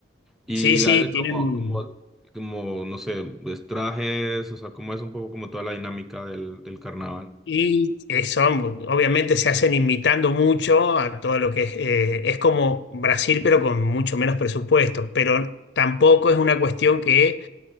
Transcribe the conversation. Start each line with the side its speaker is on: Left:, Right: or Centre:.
Centre: Y
Left: sí, sí,
Centre: hacen
Left: tienen...
Centre: como, como, como, no sé, pues, trajes, o sea, cómo es un poco como toda la dinámica del, del carnaval.
Left: Y eh, son, obviamente se hacen imitando mucho a todo lo que es, eh, es como Brasil, pero con mucho menos presupuesto. Pero tampoco es una cuestión que,